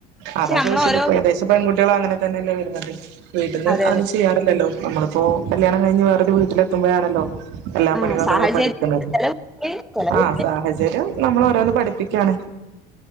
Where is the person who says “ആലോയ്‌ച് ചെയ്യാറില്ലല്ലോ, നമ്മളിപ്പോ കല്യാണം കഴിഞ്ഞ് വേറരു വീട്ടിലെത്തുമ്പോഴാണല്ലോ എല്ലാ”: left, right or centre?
Right